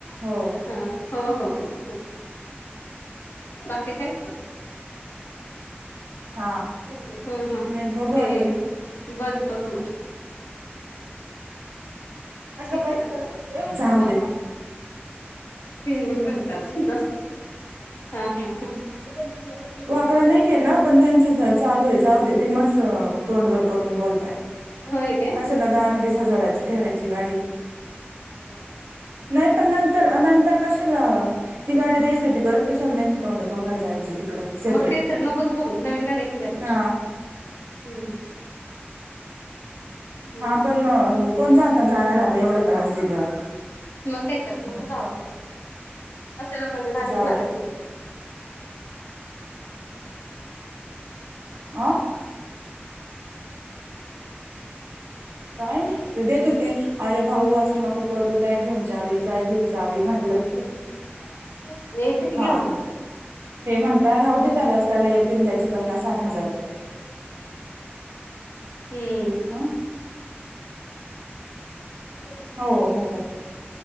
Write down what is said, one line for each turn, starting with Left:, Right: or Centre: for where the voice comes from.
Right: हो
Left: हा हो हो हो हो बाकी काय
Right: हा नाही
Left: हम्म हम्म
Right: बघू
Left: ठीक
Right: आता
Left: बघ बघ म
Right: अग
Left: ठीक आहे
Right: बरत
Left: तीन मिनट रालतच जास्त हा हा ह आपल्या पंच मुला पण
Right: आकडा नाही केला पण त्यांचं चालू आहे जाऊ दे ते मस् तोंडवर करून बोलताय
Left: होय काय
Right: कस कदाान वीस हजाराची ठेवायची गाडी
Left: हम्
Right: नाही पण नंतर नंतर कशाला ती गाडी द्यायसाठी परत कशाला त्यांची तोंड पकय जायची तिकडं सेपरेट
Left: मग काहीत नकोच बघू नवीन गाडी्या घ्याल्यापेक्षा
Right: हा
Left: हम्म मग
Right: हा पण कोण जा आता जाणार आता एवढा त्रास दिलावर
Left: मग का येतात मग जाव पण अशा लोकांच नातच
Right: जाऊ
Left: वागाच्
Right: दे आ काय ते देत होती अरे भाऊ असं नको करू जाय घेऊन जावी जाय घेऊन जावी माहिती
Left: हम् येचकी
Right: हा
Left: घ उन
Right: हे म्हणता राह दे त्या रस् त्याला येतील त्याचे पन्नास साठ हजार रुपये
Left: हम्म
Right: हा
Left: ह
Right: हो म